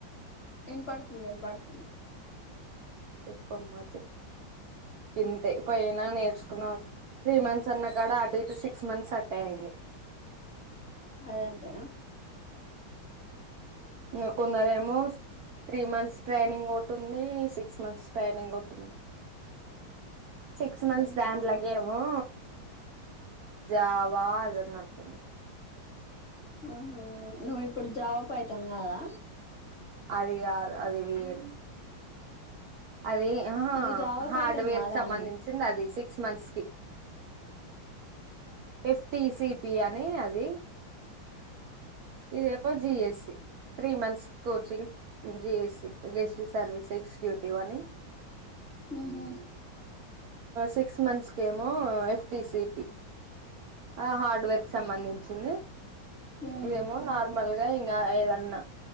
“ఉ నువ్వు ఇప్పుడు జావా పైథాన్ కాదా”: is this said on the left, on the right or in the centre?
Left